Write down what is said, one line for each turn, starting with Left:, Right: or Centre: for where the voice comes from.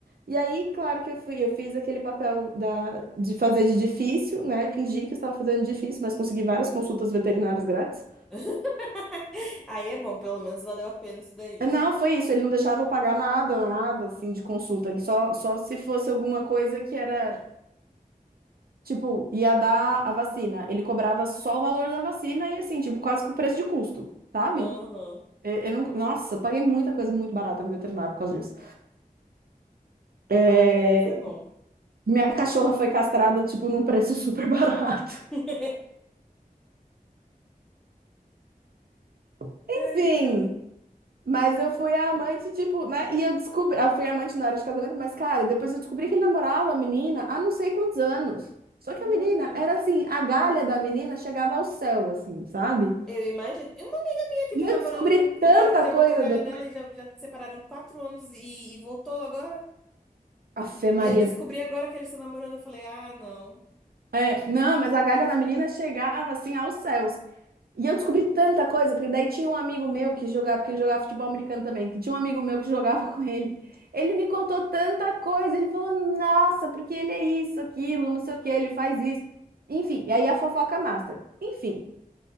Right: E aí, claro que eu fui, eu fiz aquele papel da, de fazer de difícil, né? Fingi que eu estava fazendo de difícil, mas consegui várias consultas veterinárias grátis.
Centre: <laughs> Aí é bom, pelo menos valeu a pena isso daí.
Right: Não, foi isso. Ele não deixava eu pagar nada, nada assim de consulta. Ele só, só se fosse alguma coisa que era, tipo, ia dar a vacina. Ele cobrava só o valor da vacina e assim, tipo, quase que o preço de custo, sabe?
Centre: Aham.
Right: Eu, eu não, nossa, eu paguei muita coisa muito barata no veterinário por causa disso. É,
Centre: Ai, aí foi bom.
Right: minha cachorra foi castrada, tipo, num preço super barato.
Centre: <laughs>
Right: <laughs> Enfim,
Centre: Ai, que ódio.
Right: Mas eu fui a amante, tipo, né? E eu descobri. Eu fui amante na hora de casamento, mas, cara, depois eu descobri que ele namorava a menina há não sei quantos anos. Só que
Centre: Meu
Right: a menina
Centre: Deus.
Right: era assim, a galha da menina chegava ao céu, assim, sabe?
Centre: Eu imagino. Uma amiga minha que
Right: E
Centre: tá
Right: eu
Centre: namorando
Right: descobri
Centre: com
Right: tanta
Centre: o cara que já
Right: coisa
Centre: botou galha
Right: depois.
Centre: nela e já, já separaram quatro anos e, e voltou agora.
Right: Fé Maria.
Centre: E eu descobri agora que eles estão namorando. Eu falei, ah, não.
Right: É, não, mas a galha da menina chegava assim aos céus. E eu descobri tanta coisa, porque daí tinha um amigo meu que jogava, porque ele jogava futebol americano também, que tinha um amigo meu que jogava <laughs> com ele. Ele me contou tanta coisa, ele falou, nossa, porque ele é isso, aquilo, não sei o que, ele faz isso. Enfim, e aí a fofoca master. Enfim,